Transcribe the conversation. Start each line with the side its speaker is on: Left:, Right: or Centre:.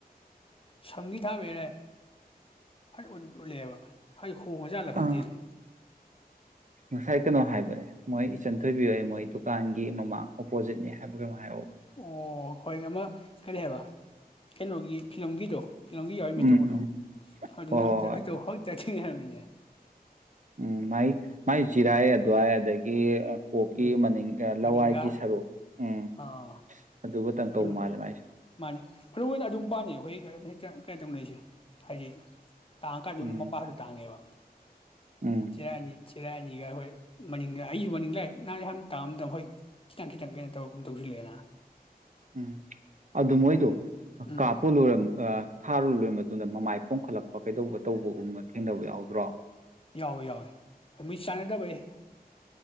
Left: ꯁꯪꯒꯤ ꯊꯥꯕꯤꯔꯦ ꯐ ꯎꯠꯂꯑꯦꯕ ꯍꯥꯏ ꯈꯣꯡꯉꯖꯥꯠꯂ ꯈꯪꯗꯦꯅ
Right: ꯑ ꯉꯁꯥꯏ ꯀꯩꯅꯣ ꯍꯥꯏꯕꯅꯦ ꯃꯣꯏ ꯏꯆꯟ ꯊꯣꯏꯕꯤꯌꯣ ꯑꯩ ꯃꯣꯏ ꯗꯨꯀꯥꯟꯒꯤ ꯃꯃꯥꯡ ꯑꯣꯄꯣꯖꯤꯠꯅꯦ <unintelligible>
Left: ꯑꯣ ꯍꯣꯏ ꯑꯃ ꯀꯔꯤ ꯍꯥꯏꯕ ꯀꯩꯅꯣꯒꯤ ꯐꯤꯂꯝꯒꯤꯗꯣ ꯐꯤꯂꯝꯒꯤ ꯌꯥꯎꯋꯏ ꯃꯩ
Right: ꯎꯝ
Left: ꯇꯧꯕꯗꯣ
Right: ꯎꯝ
Left: ꯑꯗꯨꯅ
Right: ꯍꯣꯏ ꯍꯣꯏ ꯍꯣꯏ
Left: ꯉꯃꯤꯅꯦ
Right: ꯎꯝ ꯃꯥꯏ ꯃꯥꯏ ꯆꯤꯔꯥꯏ ꯑꯗꯨꯋꯥꯏ ꯑꯗꯒꯤ ꯒꯤ ꯀꯣꯛꯀꯤ
Left: ꯎꯝ
Right: ꯃꯅꯤꯡ ꯂꯋꯥꯏꯒꯤ
Left: ꯃꯅꯤꯡꯒ
Right: ꯁꯔꯨꯛ ꯎꯝ
Left: ꯑꯥ
Right: ꯑꯗꯨꯒꯇꯪ ꯇꯧ
Left: ꯑꯗꯨ
Right: ꯃꯥꯜꯂꯦ ꯃꯥꯏꯁꯦ
Left: ꯃꯥꯅꯦ ꯃꯔꯨ ꯑꯣꯏꯅ ꯑꯗꯨꯝ ꯄꯥꯅꯤ ꯍꯣꯏ ꯍꯦꯛꯇ ꯀꯩ ꯇꯧꯅꯩꯁꯦ ꯍꯥꯏꯗꯤ ꯇꯥꯡ ꯀ ꯑꯗꯨꯝ
Right: ꯎꯝ
Left: ꯃꯄꯥꯗꯨ ꯇꯥꯡꯉꯦꯕ <unintelligible>
Right: ꯎꯝ
Left: ꯆꯤꯔꯥꯏꯅꯤꯒ ꯑꯈꯣꯏ ꯃꯅꯤꯡ <unintelligible> ꯇꯥꯝꯗ ꯍꯣꯏ ꯈꯤꯇꯪ ꯈꯤꯇꯪ ꯀꯩꯅꯣ ꯇꯧ ꯇꯧꯁꯤꯜꯂꯛꯑꯦꯅ
Right: ꯎꯝ ꯑꯗꯨ ꯃꯣꯏꯗꯣ
Left: ꯎꯝ ꯎꯝ
Right: ꯀꯥꯞꯄꯨ ꯂꯣꯏꯔ ꯊꯥꯔꯨ ꯂꯣꯏꯔ ꯑꯗꯨꯗ ꯃꯃꯥꯏ ꯄꯣꯝꯈꯠꯂꯛꯄ ꯀꯩꯗꯧꯕ ꯇꯧꯕꯒꯨꯝꯕ ꯊꯦꯡꯅꯕ ꯌꯥꯎꯗ꯭ꯔꯣ
Left: ꯌꯥꯎꯋꯦ ꯌꯥꯎꯏ ꯃꯤ ꯆꯥꯟꯅꯗꯕꯩ